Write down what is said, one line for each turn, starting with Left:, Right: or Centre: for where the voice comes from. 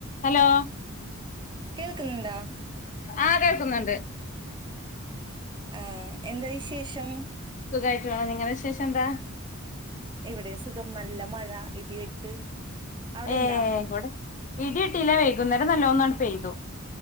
Left: ഹലോ
Right: കേൾക്കുന്നുണ്ടാ
Left: ആഹ കേൾക്കുന്നുണ്ട്
Right: ആ എന്താ വിശേഷം
Left: സുഖമായിട്ട് പോണ് നിങ്ങളെ വി ശേഷം എന്താ
Right: എവിടെയും സുഖം നല്ല മഴ ഇടിവെട്ട് അവിടെണ്ടാ
Left: ഏ കൂടെ ഇടി വെട്ടില്ല വൈകുന്നേരം നല്ലോണംന്നാണ്ട്പെയ്തു